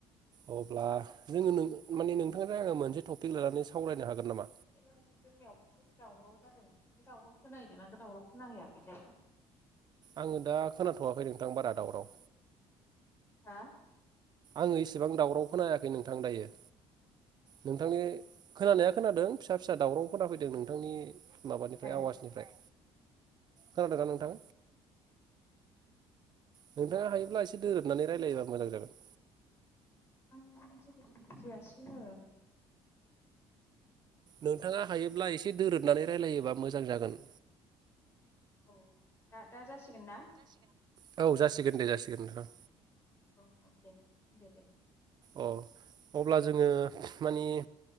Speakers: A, on the right; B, on the left.
A: अब्ला जोङो नों माने नोंथांजों आङो मोनसे टपिक लानानै सावरायनो हागोन नामा
B: जोंनियाव बहुद दावराव जादों नों दावराव खोनाहैदों ना दावराव खोनाहैयाखैथाय
A: आङो दा खोनाथवाखै नोंथां बारा दावराव
B: हा
A: आङो इसिबां दावराव खोनायाखै नोंथां दायो नोंथांनि खोनानाया खोनादों फिसा फिसा दावराव खोना फैदों नोंथांनि माबानिफ्राय
B: थाय
A: आवाजनिफ्राय खोनादों ना नोंथां नोंथाङा हायोब्ला एसे दोरोदनानै रायलायोबा मोजां जागोन
B: आं जेबो बमिथियासै नो
A: नोंथाङा हायोब्ला एसे दोरोदनानै रायलायोबा मोजां जागोन
B: औ दा दा जासि गोनना
A: औ जासिगोन दे जासिगोन नोंथां
B: औ औ दे दे दे
A: अ अब्ला जोङो मानि